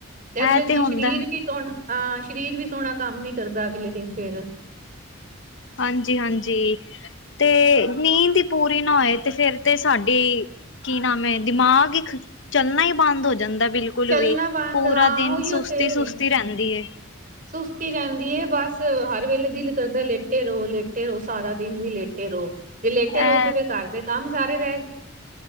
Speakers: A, on the right (about 40°); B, on the left (about 60°).
A: ਤੇ
B: ਇਹ
A: ਅਗਲੇ ਦਿਨ
B: ਹੁੰਦਾ
A: ਸਰੀਰ ਵੀ ਸੋਹਣਾ ਹਾਂ ਸਰੀਰ ਵੀ ਸੋਹਣਾ ਕੰਮ ਨੀ ਕਰਦਾ ਅਗਲੇ ਦਿਨ ਫਿਰ।
B: ਹਾਂਜੀ ਹਾਂਜੀ, ਤੇ ਨੀਂਦ ਈ ਪੂਰੀ ਨਾ ਹੋਏ ਤੇ ਫੇਰ ਤੇ ਸਾਡੀ ਕੀ ਨਾਮ ਐ ਦਿਮਾਗ ਈ ਚੱਲਣਾ ਹੀ ਬੰਦ ਹੋ ਜਾਂਦਾ ਬਿਲਕੁਲ
A: ਚੱਲਣਾ
B: ਬਿਲਕੁਲ ਵੀ
A: ਬੰਦ
B: ਪੂਰਾ
A: ਹਾਂ
B: ਦਿਨ
A: ਉਹੀਓ
B: ਸੁਸਤੀ-ਸੁਸਤੀ
A: ਤੇ
B: ਰਹਿੰਦੀ ਐ।
A: ਸੁਸਤੀ ਰਹਿੰਦੀ ਏ ਬਸ ਹਰ ਵੇਲੇ ਦਿਲ ਕਰਦਾ ਲੇਟੇ ਰਹੋ, ਲੇਟੇ ਰਹੋ ਸਾਰਾ ਦਿਨ ਵੀ ਲੇਟੇ ਰਹੋ। ਲੇਟੇ ਰਹੋ
B: ਐ
A: ਤੇ ਫਿਰ ਘਰਦੇ ਕੰਮ ਸਾਰੇ ਰਹਿ